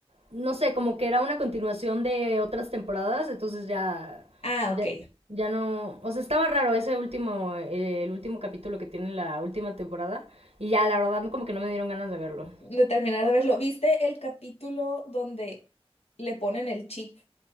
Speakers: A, on the right; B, on the left.
A: no sé, como que era una continuación de otras temporadas, entonces ya,
B: Ah, ok.
A: ya, ya no, o sea, estaba raro ese último, eh, el último capítulo que tiene la última temporada, y ya, la verdad, como que no me dieron ganas de verlo.
B: De terminar de verlo, ¿viste el capítulo donde le ponen el chip